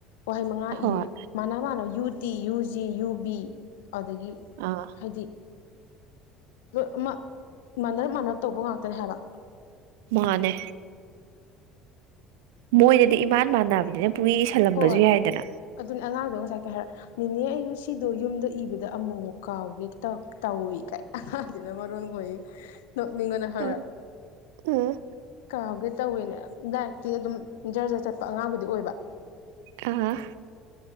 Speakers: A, on the left (about 65°); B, on the right (about 65°).
A: ꯋꯥꯍꯩ ꯃꯉꯥ
B: ꯍꯣꯏ
A: ꯏꯌꯨ ꯃꯥꯥꯟꯅ-ꯃꯥꯥꯟꯅꯕ ꯌꯨ-ꯇꯤ ꯌꯨ-ꯖꯤ ꯌꯨ-ꯕꯤ ꯑꯗꯒꯤ
B: ꯑꯥ
A: ꯍꯥꯏꯗꯤ ꯂꯣꯏ ꯑꯃ ꯃꯥꯟꯅꯔꯞ ꯃꯥꯟꯅꯔꯞ ꯇꯧꯕ ꯉꯥꯛꯇꯅꯦ ꯍꯥꯏꯕ
B: ꯃꯥꯅꯦ ꯃꯣꯏꯗꯗꯤ ꯏꯃꯥꯟ ꯃꯥꯟꯅꯕꯅꯤꯅ ꯄꯨꯡꯏ ꯏꯁꯜꯂꯝꯕꯁꯨ
A: ꯍꯣꯏ
B: ꯌꯥꯏꯗꯅ
A: ꯑꯗꯨꯅꯦ ꯑꯉꯥꯡꯗꯣ ꯉꯁꯥꯏ ꯀꯩ ꯍꯥꯏꯔꯛ ꯅꯦ-ꯅꯦ ꯑꯩꯩꯗꫭ ꯉꯁꯤꯗꯣ ꯌꯨꯝꯗ ꯏꯕꯗ ꯗ ꯑꯃꯨ ꯑꯃꯨꯛ ꯀꯥꯎꯒꯦ ꯇꯧ ꯇꯧꯏ ꯀꯥꯏ ꯁꯤꯅ ꯃꯔꫭꯟ ꯈꫭꯏꯌꯦ ꯅꫭꯛꯅꯤꯡꯕꯅ ꯍꯧꯔꯦ
B: ꯑ ꯎꯝ
A: ꯀꯥꯎꯒꯦ ꯇꯧꯔꯤꯅꯦ ꯂꯥꯏꯛꯇꯤ ꯑꯗꯨꯝ ꯖꯔ ꯖꯔ ꯆꯠꯄ ꯑꯉꯥꯡꯕꯨꯗꯤ ꯑꯣꯏꯕ
B: ꯑꯥ